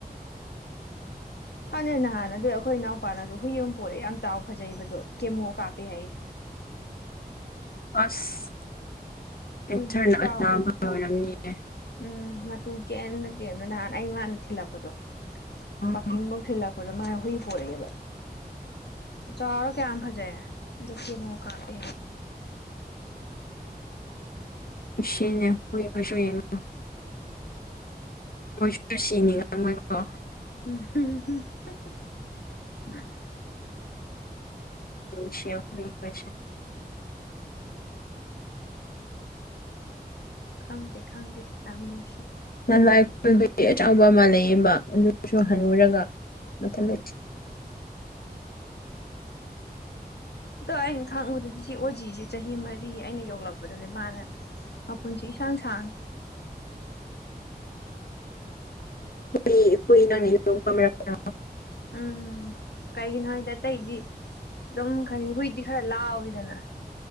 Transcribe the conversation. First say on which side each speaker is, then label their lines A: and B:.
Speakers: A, on the left (about 85°); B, on the left (about 65°).
A: ꯍꯥꯟꯅꯦ ꯅꯍꯥꯟꯅ ꯑꯗꯨ ꯑꯩꯈꯣꯏ ꯏꯅꯥꯎꯄꯥꯅꯁꯨ ꯍꯨꯏ ꯑꯃ ꯄꯣꯔꯛꯑꯦ ꯌꯥꯝ ꯆꯥꯎ ꯐꯖꯩꯕꯗꯣ ꯀꯦꯃꯣ ꯀꯥꯞꯄꯦ ꯍꯥꯏꯌꯦꯦ
B: <inaudible> ꯑꯁ ꯀꯦꯟꯁꯔꯅ
A: ꯍꯨꯏꯗꯤ ꯈꯨꯆꯥꯎ
B: ꯑꯅꯥꯕ ꯑꯣꯏꯔꯝꯅꯤꯌꯦ
A: ꯎꯝ ꯃꯇꯨ ꯀꯦꯝꯗ ꯀꯦꯝꯗ ꯅꯍꯥꯟ ꯑꯩ ꯃꯥꯅ ꯊꯤꯜꯂꯛꯄꯗꯣ
B: ꯑꯣ
A: ꯄꯥꯀꯤꯡꯐꯧ ꯊꯤꯜꯂꯛꯄ ꯗ ꯃꯥꯅ ꯍꯨꯏ ꯄꯣꯔꯛꯑꯦꯕ ꯆꯥꯔꯣ ꯀꯌꯥꯝ ꯐꯖꯩꯌꯦ ꯑꯗꯨ ꯀ ꯑꯃꯣꯛ ꯀꯥꯞꯄꯦ
B: ꯁꯤ ꯅ ꯍꯣꯏ ꯑꯁꯣꯏꯉ ꯃꯣꯏꯁꯨ ꯁꯤꯅꯤꯉꯥꯏ ꯃꯣꯏꯀꯣ
A: ꯎ
B: ꯁꯤ ꯐꯔꯤ ꯍꯥꯏꯁ
A: ꯈꯪꯗꯦ ꯈꯪꯗꯦ ꯌꯥꯝ ꯅꯨꯡꯁꯤ
B: ꯅ ꯂꯥꯏ ꯈꯨꯨꯜꯕꯗꯤ ꯑꯆꯕ ꯑꯃ ꯂꯩꯌꯦꯕ ꯑꯗꯨꯁꯨ ꯍꯜꯂꯨꯔꯒ ꯃꯊꯪ
A: ꯑꯗꯣ ꯑꯩꯅ ꯈꯪꯉꯨꯗꯗꯤ ꯁꯤ ꯑꯣꯖꯤꯁꯦ ꯆꯍꯤ ꯃꯔꯤ ꯑꯩꯅ ꯌꯧꯂꯛꯄꯗꯅꯦ ꯃꯥꯅ ꯑꯩꯨꯟꯆ ꯁꯥꯡ ꯁꯥꯡ
B: <inaudible> ꯍꯨꯏ ꯍꯨꯏ ꯉꯂꯣ ꯀꯔꯥ
A: ꯎꯝ ꯀꯩꯒꯤꯅꯣ ꯍꯥꯏꯗ ꯑꯇꯩꯗꯤ ꯑꯗꯨꯝ ꯈꯅꯤ ꯍꯨꯏꯗꯤ ꯈꯔ ꯂꯥꯎꯋꯤꯗꯅ